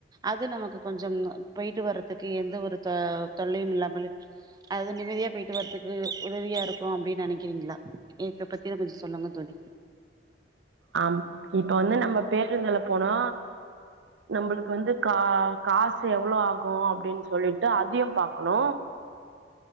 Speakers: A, on the right; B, on the right.
A: அது நமக்கு கொஞ்சம் போய்ட்டு வரத் துக்கு எந்த ஒரு த தொல்லையும் இல்லாமல் அது நிம்மதியா போய்ட்டு வரத்துக்கு உதவியா இருக்கு அப்டின் நெனைக்கிறீங்ளா ஈக்க பத்தி எனக் கொஞ்ச சொல்லுங்க தோழி
B: ஆம் இப்ப வந்து நம்ம பேருந்துல போனா நம்பளுக்கு வந்து கா காசு எவ்ளோ ஆகு அப்டின் சொல்லிட்டு அதையு பாக்கணு